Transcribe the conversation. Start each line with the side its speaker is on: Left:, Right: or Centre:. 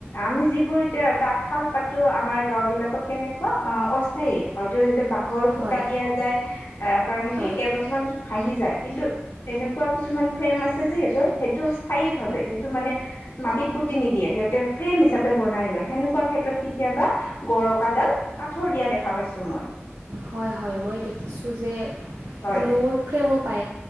Left: আমি যিবোৰ এতিয়া তাঁতশাল পাতো আমাৰ গাঁও বিলাকত কেনেকুৱা অ অস্থায়ী হয়তো বাঁহৰ খুটা
Right: হয়
Left: দিয়া যায় আহ কাৰণে
Right: হয়
Left: কি কেইবছৰমান ভহি যায় কিন্তু এনেকুৱা কিছুমান ফ্ৰেম আছে যে সেইটো সেইটো স্থায়ীভাৱে সেইটো মানে মাটিত পুতি নিদিয়ে সিহঁতে ফ্ৰেম হিচাপে বনাই লয় সেনেকুৱা ক্ষেত্ৰত কেতিয়াবা গৰকাডাল কাঠৰ দিয়া দেখা পাইছো মই
Right: হয় হয় মই দেখিছো যে
Left: হয়
Right: লৰ ফ্ৰেমৰ পাই